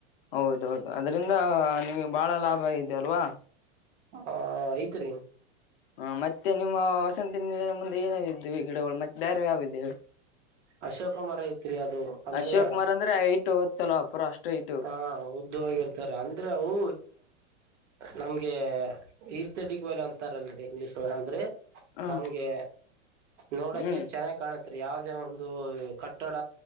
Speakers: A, on the left; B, on the right.
A: ಹೌದೌದು ಅದರಿಂದ ನೀವು ಬಾಳ ಲಾಭ ಇದ ಅಲ್ವಾ
B: ಹಾ ಐ್ತ್ರಿ
A: ಹ ಮತ್ತೆ ನಿಮ್ಮ ವಸಂತ ನೀ ಮುಂದೆ ಏನೇ ಇದ್ದೇವಿ ಗಿಡಗಳು ಮತ್ತೆ ಬೇರೆ ಯಾವಿದ್ದೇವೆ
B: ಅಶೋಕ ಮರ ಐತ್ರಿ ಅದು ಅಂದ್ರೆ
A: ಅಶೋಕ್ ಮರ ಅಂದ್ರೆ ಹೈಟ್ ಓದ್ತಲ್ವಾ ಪೂರ ಅಷ್ಟು ಹೈಟ್
B: ಹಾ ಉದ್ದವಾಗಿರ್ತಾರ ಅಂದ್ರೆ ಅವು ನಮ್ಗೆ ಈಸ್ಥೆಟಿಕ್ ವಲೆ ಒಂತಾರಲ್ ಇಂಗ್ಲೀಷ್ ಅಂದ್ರೆ
A: ಹ್ಮ್
B: ನಮ್ಗೆ ನೋಡಕೆ
A: ಹ್ಮ್
B: ಚೆನ್ನಾಗ್ ಕಾಣತ್ರಿ ಯಾವ್ದೇ ಒ ಅದು ಕಟ್ಟಡ